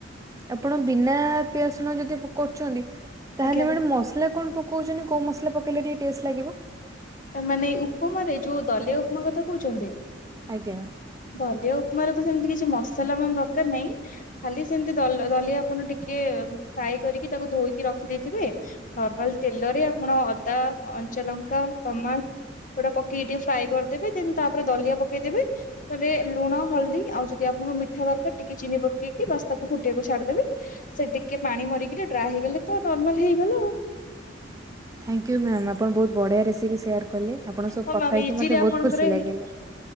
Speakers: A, on the right; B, on the left.
A: ଆପଣ ବିନା ପିଆଜ ରସୁଣ ଯଦି କରୁଛନ୍ତି ତାହେଲେ
B: ଆଜ୍ଞା
A: ମ୍ୟାଡ଼ାମ ମସଲା କଣ ପକ କହୁଛନ୍ତି କଉ ମସଲା ପକେଇଲେ ଟିକେ ଟେଷ୍ଟ ଲାଗିବ?
B: ମାନେ ଉପମାରେ ଯୋଉ ଦଲିଆ ଉପମା କଥା କହୁଛନ୍ତି।
A: ଆଜ୍ଞା।
B: ଦଲିଆ ଉପମାର ସେମିତି କିଛି ମସଲା ଦରକାର ନାହିଁ। ଖାଲି ସେମିତି ଦ ଦଲିଆ ଆପଣ ଟିକେ ଫ୍ରାଏ କରିକି ତାକୁ ଧୋଇକି ରଖି ଦେଇଥିବେ ନର୍ମାଲ ତେଲରେ ଆପଣ ଅଦା କଞ୍ଚାଲଙ୍କା ଟମାଟ ସେଗୁଡା ପକେଇକି ଟିକେ ଫ୍ରାଏ କରିଦେବେ ଦେନ୍ ତାପରେ ଦଲିଆ ପକେଇଦେବେ। ରେ ଲୁଣ ହଳଦୀ ଆଉ ଯଦି ଆପଣଙ୍କୁ ମିଠା ଦରକାର ଟିକେ ଚିନି ପକେଇକି ବାସ୍ ତାକୁ ଫୁଟେଇବାକୁ ଛାଡିଦେବେ। ସେ ଟିକେ ପାଣି ମରିକି ଡ୍ରାଏ ହେଇଗଲେ ତ ନର୍ମାଲ ହେଇଗଲା ଆଉ।
A: ଥ୍ୟାଙ୍କୟୁ ମ୍ୟାମ୍ ଆପଣ ବହୁତ ବଢିଆ ରେସିପି ସେଆର କଲେ। ଆପଣ ସହ
B: ହଁ
A: କଥାହେଇକି
B: ମ୍ୟାମ୍ ଇଜିରେ
A: ମତେ
B: ଆପଣଙ୍କର
A: ବହୁତ ଖୁସି ଲାଗିଲା।